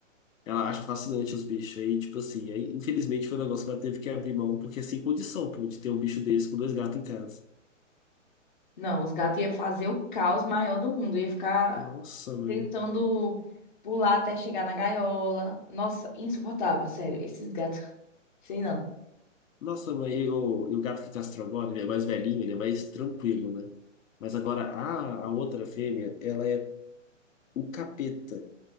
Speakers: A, on the left; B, on the left.
A: Ela acha fascinante os bichos. Aí, tipo assim, aí, infelizmente foi um negócio que ela teve que abrir mão, porque é sem condição, pô, de ter um bicho desse com dois gatos em casa.
B: Não, os gatos iam fazer o caos maior do mundo. Ia ficar.
A: Nossa, mãe.
B: tentando pular até chegar na gaiola. Nossa, insuportável, sério. Esses gatos, sei não.
A: Nossa, mãe, e o, e o gato que castrou agora, ele é mais velhinho, ele é mais tranquilo, né? Mas agora, a, a outra fêmea, ela é o capeta.